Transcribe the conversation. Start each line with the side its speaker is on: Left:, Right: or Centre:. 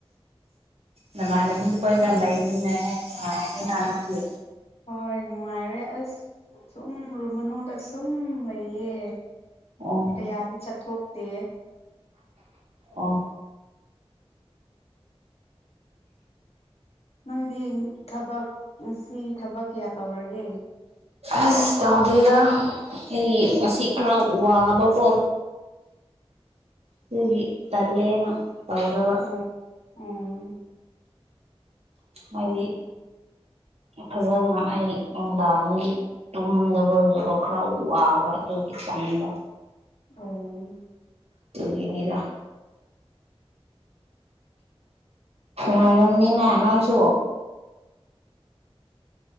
Right: ꯅꯃꯥꯟꯅꯕꯤ ꯈꯣꯏꯒ ꯂꯩꯕꯃꯤꯅ ꯍꯦ ꯅꯨꯡꯉꯥꯏꯅꯤꯅ ꯅꯪꯗꯤ
Left: ꯍꯣꯏ ꯅꯨꯡꯉꯥꯏꯔꯦ ꯑꯁ ꯁꯨꯝ ꯔꯨꯝ ꯃꯅꯨꯡꯗ ꯁꯨꯝ ꯂꯩꯌꯦ
Right: ꯑꯣ
Left: ꯀꯌꯥꯗꯤ ꯆꯠꯊꯣꯛꯇꯦ
Right: ꯑꯣ
Left: ꯅꯪꯗꯤ ꯊꯕꯛ ꯉꯁꯤꯒꯤ ꯊꯕꯛ ꯀꯌꯥ ꯇꯧꯔꯒꯦ
Right: ꯑꯁ ꯇꯧꯗꯦꯗ ꯑꯩ ꯉꯁꯤ ꯈꯔ ꯋꯥꯕꯀꯣ ꯇꯨꯒꯤ ꯇꯜꯂꯦꯅ ꯇꯧꯗꯕ
Left: ꯎꯝ ꯎꯝ
Right: ꯍꯥꯏꯗꯤ ꯐꯖꯅ ꯑꯩ ꯅꯨꯡꯗꯥꯡꯗꯒꯤ ꯇꯨꯝꯗꯕꯒꯤ ꯀꯣ ꯈꯔ ꯋꯥꯕ ꯑꯗꯨꯒꯤ ꯇꯟꯕ
Left: ꯎꯝ
Right: ꯇꯨꯝꯅꯤꯡꯉꯤꯔ ꯋꯥꯔꯝꯅꯤꯅ ꯅꯣꯏꯁꯨ